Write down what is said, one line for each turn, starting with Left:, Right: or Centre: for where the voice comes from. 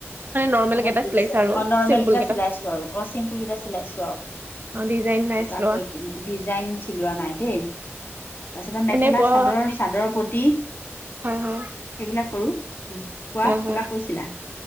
Right: নৰ্মেল
Left: মানে
Right: কেইটা
Left: যিকেইটা
Right: চিলাইছা আৰু
Left: অ নৰ্মেল
Right: চিম্পুল
Left: কেইটা চিলাইছো আৰু অ চিম্পুল কেইটা চিলাইছো আৰু।
Right: অ ডিজাইন নাইছিলোৱা।
Left: তাৰপিছত আকৌ ডিজাইন চিলোৱা নাই দেই, তাৰপিছতে মেখেলা
Right: এনেই পোৱা
Left: চাদৰ। চাদৰ পতি সেইবিলাক
Right: হয়, হয়,
Left: কৰো, কোৱা
Right: হয়,
Left: কিবা
Right: হয়।
Left: কৈছিলা।